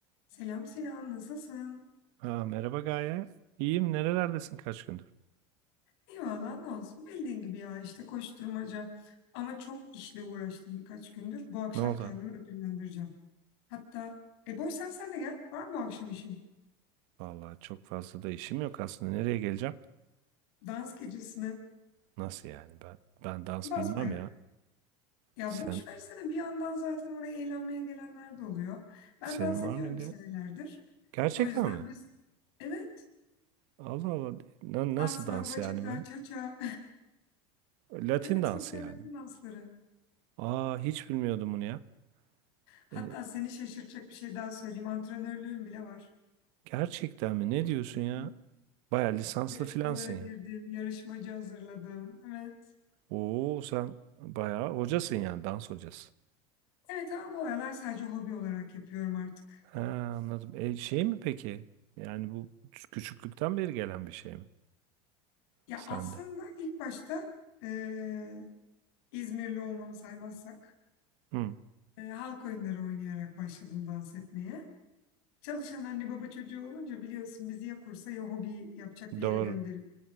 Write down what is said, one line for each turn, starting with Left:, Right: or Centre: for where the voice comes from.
Left: Selam Sinan, nasılsın?
Right: Ha, merhaba Gaye. İyiyim. Nerelerdesin kaç gündür?
Left: Eyvallah, ne olsun. Bildiğin gibi ya işte koşturmaca. Ama çok işle uğraştım birkaç gündür. Bu akşam
Right: Ne oldu?
Left: kendimi
Right: abi?
Left: ödüllendireceğim. Hatta, e boş sen sen de gel. Var mı bu akşam işin?
Right: Vallahi çok fazla da işim yok aslında. Nereye geleceğim?
Left: Dans gecesine
Right: Nasıl yani? Ben ben dans
Left: basma
Right: bilmem
Left: ya.
Right: ya.
Left: Ya
Right: Sen
Left: boş versene bir yandan zaten oraya eğlenmeye gelenler de oluyor. Ben
Right: senin
Left: dans
Right: var
Left: ediyorum
Right: mıydı?
Left: senelerdir.
Right: Gerçekten
Left: O yüzden
Right: mi?
Left: biz, evet,
Right: Allah Allah. Na-
Left: salsa,
Right: nasıl dans
Left: bachata,
Right: yani böyle?
Left: cha-cha. <laughs>
Right: Latin
Left: Evet,
Right: dansı
Left: sosyal
Right: yani.
Left: Latin dansları.
Right: Aa hiç bilmiyordum bunu ya.
Left: Hatta
Right: E,
Left: seni şaşırtacak bir şey daha söyleyeyim. Antrenörlüğüm bile var.
Right: gerçekten mi? Ne diyorsun
Left: Hı. hı.
Right: ya? Baya lisanslı
Left: Yarışmalara
Right: filansın
Left: girdim,
Right: ya.
Left: yarışmacı hazırladım. Evet.
Right: Oo sen baya hocasın yani dans hocası.
Left: Evet ama bu aralar sadece hobi olarak yapıyorum artık.
Right: Ha, anladım. E, şey mi peki? Yani bu küçüklükten beri gelen bir şey mi
Left: Ya
Right: sende?
Left: aslında ilk başta eee, İzmirli olmamı saymazsak
Right: Hı,
Left: eee, halk oyunları oynayarak başladım dans etmeye. Çalışan anne baba çocuğu olunca biliyorsun bizi ya kursa ya hobi yapacak bir
Right: doğru.
Left: yere gönderiyordu